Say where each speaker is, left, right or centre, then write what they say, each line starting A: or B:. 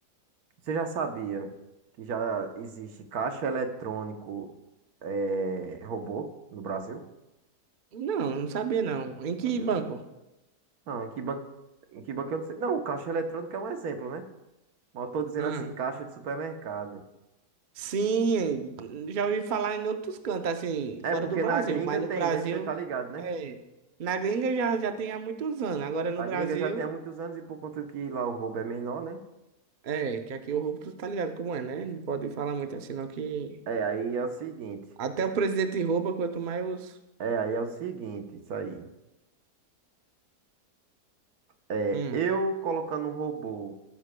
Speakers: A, on the right; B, on the right.
A: Você já sabia que já existe caixa eletrônico eh, robô no Brasil?
B: Não, não sabia não. Em que
A: Sabia
B: banco?
A: não? Não, em que banco, em que banco eu não sei. Não, caixa eletrônica é um exemplo, né? Mas eu tô dizendo
B: Ah,
A: assim, caixa de supermercado.
B: sim, já ouvi falar em outros cantos, assim,
A: É
B: fora
A: porque
B: do Brasil,
A: na gringa
B: mas
A: tem,
B: no Brasil,
A: né? Você tá ligado, né?
B: é, na gringa já, já tem há muitos anos, agora no
A: A
B: Brasil...
A: gringa já tem há muitos anos e por conta que lá o roubo é menor, né?
B: É, que aqui o roubo tu tá ligado como é, né? Não pode falar muito assim, não, que.
A: É, aí é o seguinte.
B: Até o presidente rouba, quanto mais os.
A: É, aí é o seguinte, isso aí. É,
B: Hum,
A: eu colocando um robô